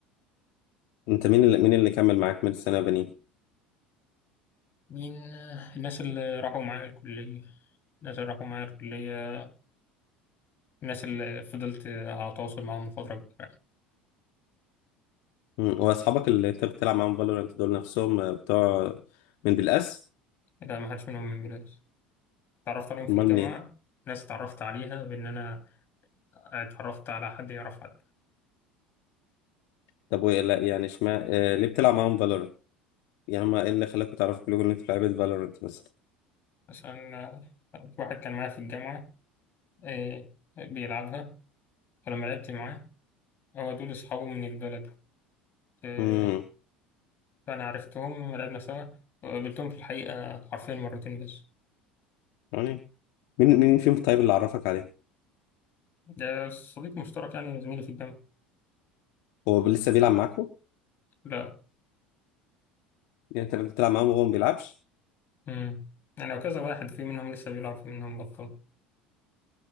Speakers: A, on the left; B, on the left.
A: أنت مين اللي مين اللي كمل معاك من الثانوية بنين؟
B: ومين الناس اللي راحوا معايا الكلية الناس اللي راحوا معايا الكلية الناس اللي فضلت على تواصل معاهم فترة كبيرة
A: مم. وأصحابك اللي أنت بتلعب معاهم فالورانت دول نفسهم آه، بتوع من بالأس؟
B: لا ما حدش منهم من بلاد اتعرفت عليهم في الجامعة
A: أمال من إيه؟
B: ناس اتعرفت عليها بإن أنا اتعرفت على حد يعرف حد
A: طب وإيه لا يعني اشمعنى آه، ليه بتلعب معاهم فالورانت؟ يعني هما إيه اللي خلاكوا تعرفوا كلكم إن أنتوا لعيبة فالورانت مثلا؟
B: مثلا واحد كان معايا في الجامعة إيه بيلعبها فلما لعبت معاه هو دول أصحابه من البلد إيه
A: مم.
B: فأنا عرفتهم لعبنا سوا وقابلتهم في الحقيقة حرفيا مرتين بس
A: يعني مين مين فيهم طيب اللي عرفك عليه؟
B: ده صديق مشترك يعني زميلي في الجامعة
A: هو لسه بيلعب معاكوا؟
B: لا
A: يعني أنت بتلعب معاهم وهو ما بيلعبش؟
B: امم يعني وكذا واحد في منهم لسه بيلعب في منهم بطل